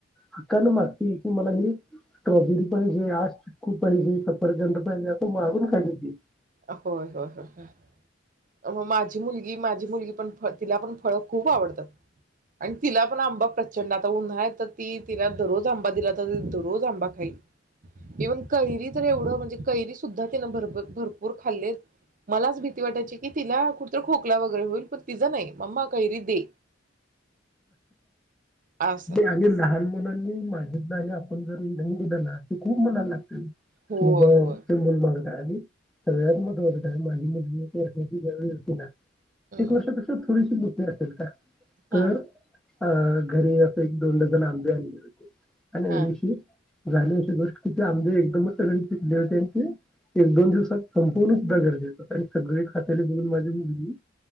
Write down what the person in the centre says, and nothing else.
हक्कानी मागती ती आणि स्ट्रॉबेरी पाहिजे, आज चिक्कू पाहिजे, सफरचंद पाहिजे असं मागून खाते ती.
आणी लहान मुलांनी मागितलं आणि आपण जरी नाही दिलं ना ते खूप मनाला लागत
<unintelligible> <unintelligible>
एक वर्षापेक्षा थोडीशी मो <unintelligible>
तर अ घरी असं एक दोन डझन आंबे आणले होते. आणि
ऋषी झाली अशी गोष्ट की ते आंबे एकदमच सगळी पिकले होते आणि ते एक दोन दिवसात संपवन सुद्धा गरजेचं होत आणि सगळी खातेल बघून माझी मुलगी